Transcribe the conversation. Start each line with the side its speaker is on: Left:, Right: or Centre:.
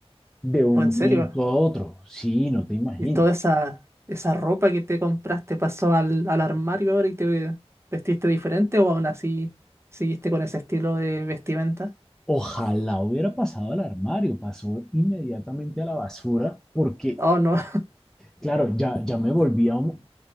Centre: de un
Right: O en serio,
Centre: momento a otro. Sí, no te imaginas.
Right: y toda esa, esa ropa que te compraste pasó al, al armario ahora y te vestiste diferente o aún así seguiste con ese estilo de vestimenta.
Centre: Ojalá hubiera pasado al armario, pasó inmediatamente a la basura porque,
Right: Oh, no.
Centre: claro, ya, ya me volví a un,